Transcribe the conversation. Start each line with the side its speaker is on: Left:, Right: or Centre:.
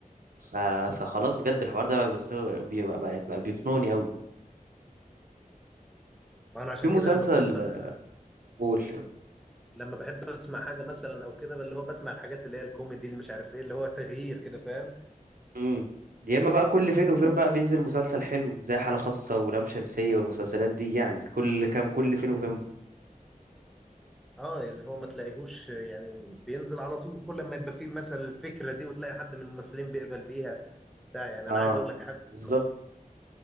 Right: ف... فخلاص بجد الحوار ده بقى بيخنق... بيبقى بقى بقى بيخنقني قوي
Centre: ما أنا عشان
Right: في مسلسل
Centre: كده لما بحب أسمع
Right: قول
Centre: لما بحب اسمع حاجه مثلا او كده اللي هو بسمع الحاجات اللي هي الكوميدي اللي مش عارف ايه اللي هو تغيير كده فاهم
Right: امم يا اما بقى كل فين وفين بقى بينزل مسلسل حلو زي حالة خاصة ولام شمسية والمسلسلات دي يعني كل كام كل فين وفين بقى.
Centre: اه اللي هو ما تلاقيهوش يعني بينزل على طول كل ما يبقى فيه مثلا الفكره دي وتلاقي حد من الممثلين بيقبل بيها بتاع يعني
Right: اه
Centre: انا عايز اقول لك حاجه
Right: بالظبط
Centre: اصلا